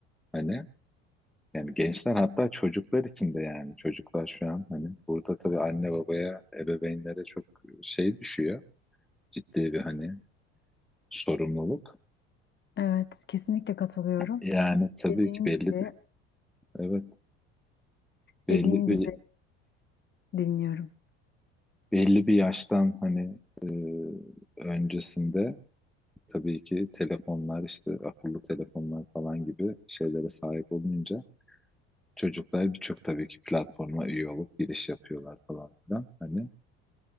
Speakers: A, in the centre; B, on the left (about 30°).
A: Hani Yani gençler hatta çocuklar için de yani çocuklar şu an hani burada tabii anne babaya, ebeveynlere çok şey düşüyor. Ciddi bir hani sorumluluk.
B: Evet kesinlikle katılıyorum.
A: Yani tabii
B: Dediğin
A: ki belli
B: gibi
A: bir evet belli
B: dediğin
A: bir
B: gibi dinliyorum.
A: belli bir yaştan hani e, öncesinde tabii ki telefonlar işte akıllı telefonlar falan gibi şeylere sahip olunca çocuklar birçok tabii ki platforma üye olup giriş yapıyorlar falan filan. Hani